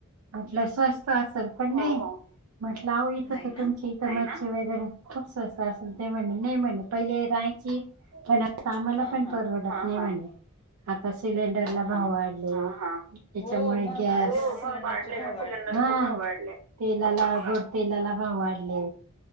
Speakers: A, on the right (about 85°); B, on the left (about 25°).
A: म्हटलं स्वस्त असल हो हो पण नाई. म्हटलं आओ इथं
B: नाही
A: तर
B: ना
A: तुमची इथं, हाय ना? मच्छी वगैरे खूप स्वस्त असल ते म्हणे नाई म्हणे पहिले राहायची. पण आता आम्हाला
B: हा
A: पण
B: हा
A: परवडत नाई, हा हा म्हणे. आता सिलेंडरला
B: हा
A: भाव
B: हा
A: वाढले, हा हा त्याच्यामुळे
B: हो मग
A: गॅस-
B: वाढले
A: हो
B: ना
A: म
B: सिलेंडरचे
A: वा ढले ना
B: भाव
A: सिलेंडरचे
B: वाढले
A: भाव वाढले, हा तेलाला गोड तेलाला भाव वाढले.